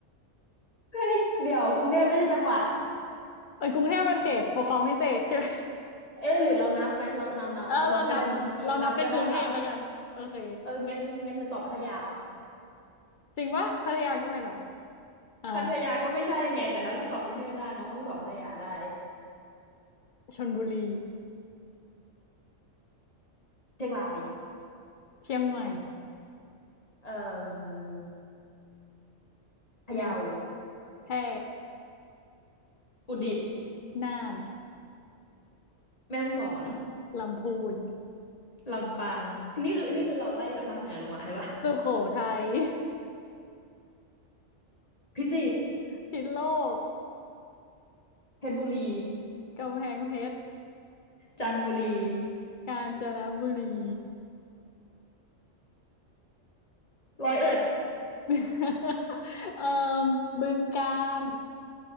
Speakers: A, on the left (about 30°); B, on the left (about 60°).
A: เฮ้ยเดี๋ยวกรุงเทพไม่ใช่จังหวัด
B: เอ้ยกรุงเทพเป็นเขตปกครองพิเศษใช่ไหม
A: เอ๊ะหรือเรานับไหมเราเรานับนับนับก็ได้มั้งเออนับก็ได้อ่ะ
B: เออเรานับเรานับเป็นกรุงเทพแล้วกันโอเค
A: เอองั้นงั้นเดี๋ยวตอบพัทยาเอา
B: จริงปะพัทยาก็ไม่หรออ่า
A: พัทยาก็ไม่ใช่ไงแต่ถ้าพี่ตอบกรุงเทพได้น้องต้องตอบพัทยาได้
B: ชลบุรี
A: เชียงราย
B: เชียงใหม่
A: เอ่อพะเยา
B: หนึ่งแพร่
A: อุตรดิตถ์
B: น่าน
A: แม่ฮ่องสอน
B: ลำพูน
A: ลำปางนี่คือนี่คือเราไล่จากภาคเหนือลงมาใช่ปะ
B: สุโขทัย <laughs>
A: <laughs> พิจิตร
B: พิษณุโลก
A: เพชรบุรี
B: กำแพงเพชร
A: จันทบุรี
B: กาญจนบุรี
A: ร้อยเอ็ด
B: <laughs> เอ่อบึงกาฬ